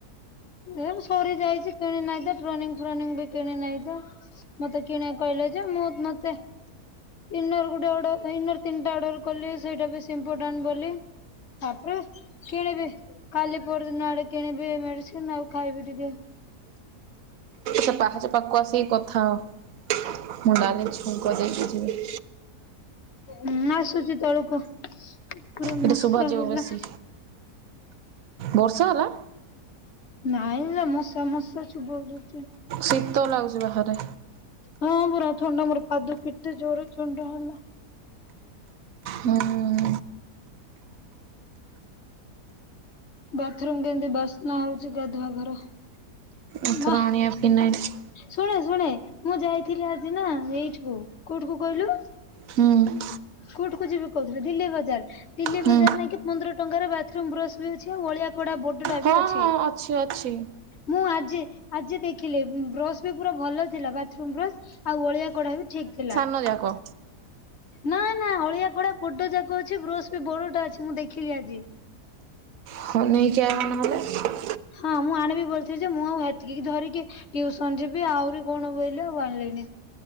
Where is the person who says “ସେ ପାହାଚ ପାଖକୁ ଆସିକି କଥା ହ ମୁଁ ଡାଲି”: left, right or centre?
Right